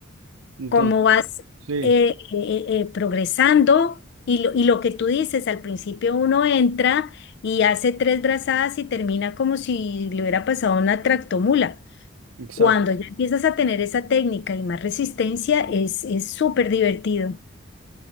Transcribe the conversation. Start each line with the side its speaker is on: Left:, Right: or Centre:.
Right: Entonces,
Left: Cómo vas
Right: sí,
Left: eh, eh, eh, eh, progresando y lo, y lo que tú dices, al principio uno entra y hace tres brazadas y termina como si le hubiera pasado una tractomula.
Right: exacto.
Left: Cuando ya empiezas a tener esa técnica y más resistencia, es es súper divertido.